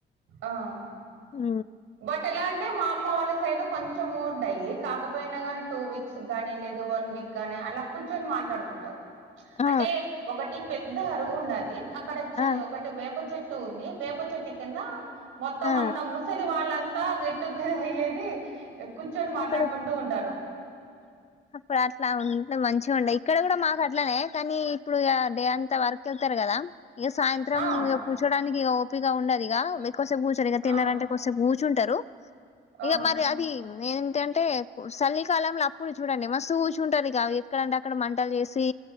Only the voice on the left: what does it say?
ఉ
ఆ
ఆ
ఆ
అక్కడ
అప్పుడు అట్ల ఉంటే మంచిగా ఉండే ఇక్కడ కూడా మాకు అట్లనే కానీ ఇప్పుడు ఇగ డే అంత వర్ కెళ్తారు కదా ఇగ సాయంత్రం
ఇగ కూర్చోడానికి ఇగ ఓపిగా ఉండదిగ ఎక్కువసేపు కూర్చో సరిగా తిన్నరంటే
కొదిసేపు కూర్చుంటారు
ఇగ మరి అది ఏంట టే చలికాలంలో అప్పుడు చూడండి మస్తు కూర్చుంటరు ఇగా ఎక్కడంటే అక్కడ మంటలు చేసి